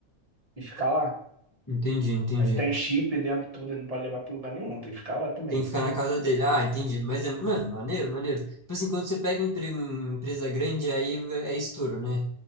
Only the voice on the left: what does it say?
Entendi, entendi.
Tem que ficar na casa dele. Ah, entendi. Mas é, mano, maneiro, maneiro. Tipo assim, quando você pega emprego em empresa grande, aí é estouro, né?